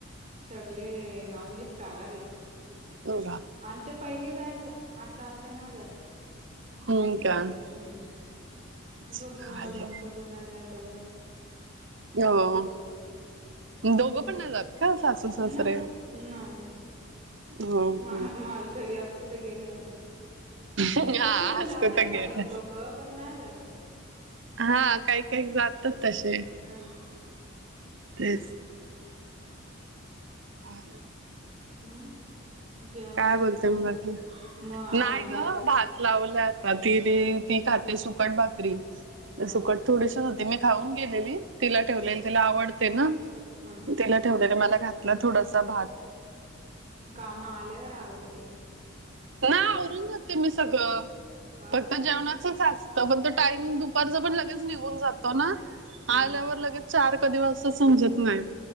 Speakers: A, on the right; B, on the right.
A: सगळे नॉन व्हेज खाणार आहेत.
B: हो.
A: आणि ते पहिली जायच्या आता आता ना जात.
B: ह का?
A: हम्म न
B: चालेल
A: का कुणाला जमतं कुणाला नाही जमत.
B: हो दोघं पण नाही जात. का सासू
A: नाही,
B: सासरे
A: नाही, नाही.
B: हो
A: मा
B: हो
A: मालकरी असते तर गेले असते
B: हा
A: तशी पण
B: असत
A: जातात
B: तर गेल
A: काही लोक. क पण नाही जात ते.
B: हा काही काही जातात तसे.
A: हम.
B: तेस. ह.
A: हम्म. जेवण
B: काय
A: वगैरे
B: बोलता
A: झालं
B: म ग बाकी
A: का मग आ
B: नाही
A: म्हणजे
B: ग
A: असे
B: भा लावल्या आता ती ती खाते सुकट भाकरी.
A: हो
B: सुकट
A: का
B: थोडीशीच होती मी खाऊन गेलेली तिला ठेवलेली
A: हा
B: तिला आवडते ना.
A: हा
B: तिला ठेवले मला घातलं थोडासा भात.
A: काम आल्यावर आवडते काय?
B: ना आवरून जाते मी सगळं
A: हो
B: फक्त
A: का
B: जेवणाचच असत. तर पण त टायमिंग दुपारच पण लगेच निघून जातो ना
A: हा
B: आल्यावर लगेच. चार कधी वाजत समजत नाही.